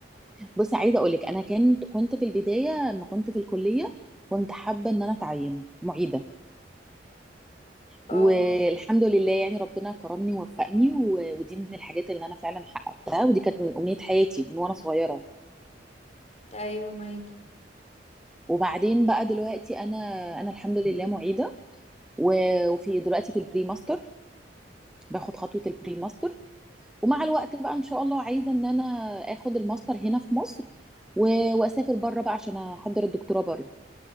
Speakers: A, in the centre; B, on the left.
A: بصي عايزه اقولك انا كنت كنت في البدايه لما كنت في الكليه كنت حابه ان انا اتعين معيده
B: اه
A: والحمد لله يعني ربنا كرمني ووفقني و- ودي من الحاجات اللي انا فعلا حققتها ودي كانت من امنيه حياتي من وانا صغيره
B: ايوه معاكي
A: وبعدين بقى دلوقتي انا انا الحمد لله معيده و- وفي دلوقتي في البري ماستر باخد خطوه البري ماستر ومع
B: مم.
A: الوقت بقى ان شاء الله عايزه ان انا اخد الماستر هنا في مصر و- واسافر بره بقى عشان احضر الدكتوراه بره